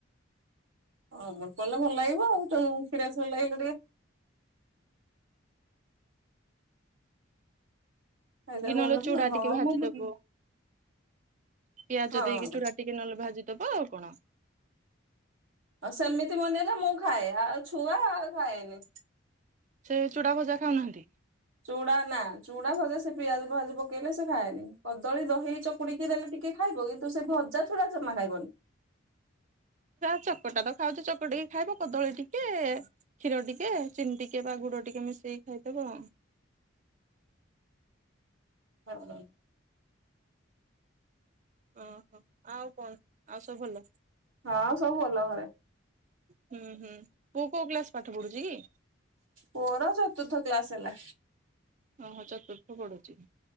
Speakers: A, on the right (about 80°); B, on the right (about 35°).
A: ଅମୁଲ ପଡିଲେ ଭଲ ଲାଗିବ ଆଉ ତେଣୁ କ୍ଷୀରିଆ ଖିୀରି ଲାଗିଲେ ଟିକେ ଖାଇଦବାକୁ
B: କି ନହେଲେ
A: ମନ ହବ,
B: ଚୁଡା
A: ହଁ
B: ଟିକେ ଭାଜିଦବ
A: ମୁଁ ବୁଝିଲି
B: ପିଆଜ
A: ହଁ
B: ଦେଇକି ଚୂଡା ଟିକେ ନହେଲେ ଭାଜିଦବ ଆଉ କଣ।
A: ଆଉ ସେମିତି ବାନେଇଲେ ମୁଁ ଖାଏ ଆଉ ଛୁଆ ଆଉ ଖାଏନି।
B: ସେ ଚୂଡ଼ା ଭଜା ଖାଉନାହାନ୍ତି।
A: ଚୁଡା ନା ଚୁଡା ଭଜା ସେ ପିଆଜ ଫାଜ ପକେଇଲେ ସେ ଖାଏନି କଦଳୀ ଦହି ଚକୁଡିକି ଦେଲେ ଟିକେ ଟିକେ ଖାଇବ କିନ୍ତୁ ସେ ଭଜା ଛୁଡା ଜମା ଖାଇବନି।
B: ଚକଟା ତ ଖାଉଛି ଚକଟିକ ଖାଇବ କଦଳୀ ଟିକେ କ୍ଷୀର ଟିକେ ଚିନି ଟିକେ ବା ଗୁଡ ଟିକେ ମିଶେଇି ଖାଇଥବ ଆଉ।
A: <inaudible>
B: ଓହୋ, ଆଉ କଣ ଆଉ ସବୁ ଭଲ?
A: ହଁ ସବୁ ଭଲ ଘରେ।
B: ହୁଁ ହୁଁ ପୁଅ କୋଉ କ୍ଲାସ୍ ପାଠ ପଢୁଛି କି?
A: ପୁଅର ଚତୁର୍ଥ କ୍ଲାସ୍ ହେଲା।
B: ଓହୋ, ଚତୁର୍ଥ ପଢୁଚି?